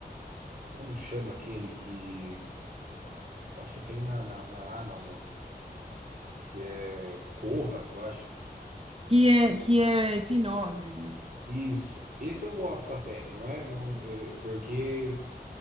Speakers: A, on the right; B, on the right.
A: como chama aquele que, eu acho que tem na, na na Amazon. que é Corra, eu acho.
B: Que é, que é hipnose, né?
A: Isso. Esse eu gosto até, não é? Não, é, porque